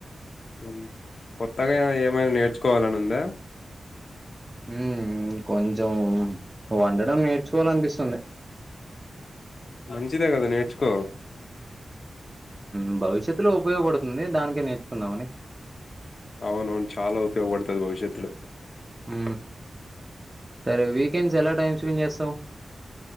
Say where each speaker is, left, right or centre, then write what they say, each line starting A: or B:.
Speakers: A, on the left; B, on the right.
A: ఉ కొత్తగా ఏమైనా నేర్చుకోవాలని ఉందా
B: ఉ కొంచెం వండడం నేర్చుకోవాలనిపిస్తుంది <inaudible>
A: మంచిదే కదా నేర్చుకో
B: ఉ భవిష్యత్లో ఉపయోగపడుతుంది దానికే నేర్చుకుందామని.
A: అవునవును చాలా ఉపయగపడతాది భవిష్యత్తులో.
B: ఉ సరే వీకెండ్స్ ఎలా టైమ్ స్పెండ్ చేస్తావు.